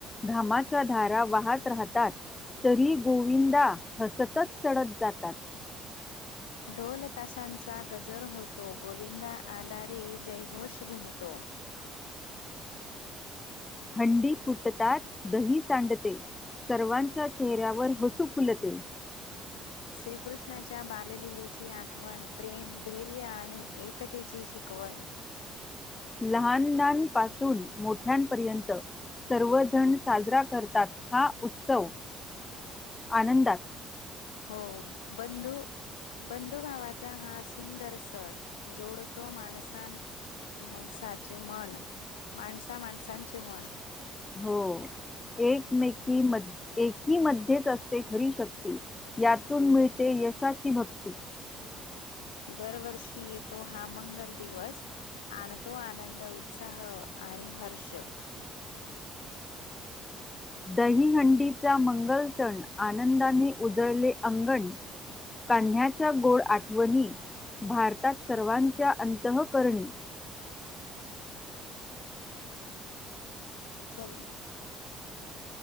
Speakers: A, on the left (about 20°); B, on the left (about 75°).
A: घामाच्या धारा वहात राहतात. तरी गोविंदा हसतच चढत जातात.
B: ढोल तशांचा गजर होतो, गोविंदा आला रे जयघोष घुमतो.
A: हंडी फुटताच दही सांडते. सर्वांच्या चेहऱ्यावर हसू फुलते.
B: श्रीकृष्णाच्या बालललेची आठवण, प्रेम, धैर्य आणि एकतेची शिकवण.
A: लहाननांपासून मोठ्यांपर्यंत सर्वजण साजरा करतात हा उत्सव आनंदात.
B: हो बंधु बंधू भावाचा हा सण जोडतो माणसां माणसाची मान माणसा माणसांची मान.
A: हो एकमेकी म एकीमध्येच असते खरी शक्ती. यातून मिळते यशाची भक्त
B: दरवर्षी येतो हा मंगल दिवस आणतो आनंद, उत्साह आणि हर्ष
A: दहीहंडीचा मंगल सण, आनंदाने उजळले अंगण कान्ह्याच्या गोड आठवणी, भारतात सर्वांच्या अंतःकरणी.
B: चल.